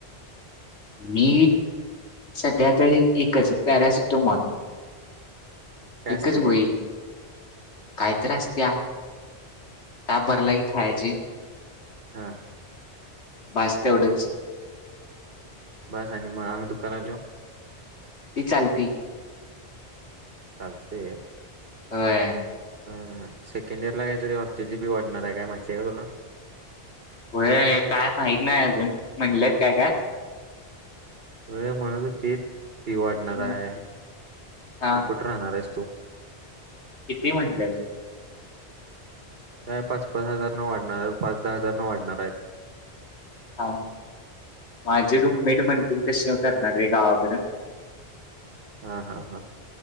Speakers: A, on the left (about 80°); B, on the right (about 60°).
A: मी सध्या त एकच पॅरासिटोमॉल
B: काय
A: एकच
B: असते
A: गोळी
B: ते
A: काय तर असत्या ताप भरला की खायाची
B: हा
A: भाज ते एवढंच
B: बस आणि आणि मग हग तु क आलो
A: ती चालती
B: चालते
A: होय
B: ह सेकंड इयर ला काहीतरी हॉस्टेल ची बी वाढणार आहे काय माहिती आहे का तुला
A: होय काय माहत नाही अजून म्हणलेत काय काय
B: होय म्हणतहोतीत फी वाढणार
A: हम्म.
B: आहे
A: हा
B: मग कुठे राहणार आहे चो
A: किती म्हणल्यात
B: काय पाच पाच हजार न वाढणार पाच दहा हजार न वाढणार आहेत
A: हा माझी
B: हम्म.
A: रुममेट म्हणती कसे करणार रे गावाकडे
B: हा हा हा